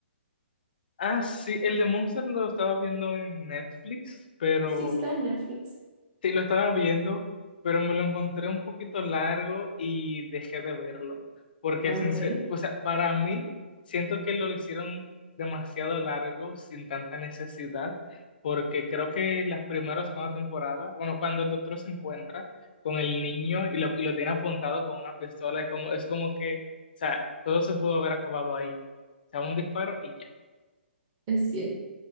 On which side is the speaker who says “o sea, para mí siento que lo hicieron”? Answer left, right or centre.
Left